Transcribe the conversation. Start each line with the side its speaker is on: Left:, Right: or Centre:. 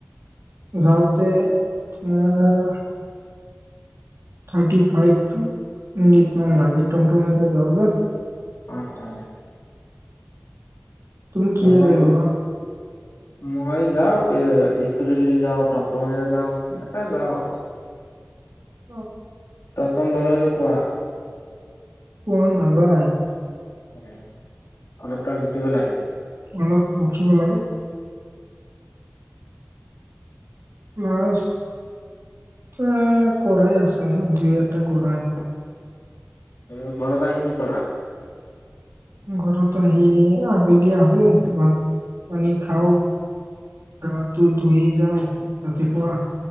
Right: যাওঁতে তোমাৰ থাৰ্টি ফাই টো মিনিট মান লাগে টমটম তে যোৱাৰ বাবে
Left: উ উ
Right: <unintelligible>
Left: টমটম মই যাওঁ স্কুটি লৈ যাওঁ, টমটমেৰে যাওঁ তেনেকে যাওঁ আৰু
Right: অ
Left: টমটম লগে লগে পোৱা?
Right: পোৱা নাযায়
Left: উ অলপ টাইম্ ৰখিব লাগে
Right: অলপ ৰখিব লাগে ক্লাছ এ কৰাই আছে দুই এটা কৰাই
Left: ত ঘৰত আহি কি কৰা?
Right: ঘৰত আহি আবেলি আহো, ভাত পানী খাওঁ গা টো ধুই যাওঁ ৰাতিপুৱা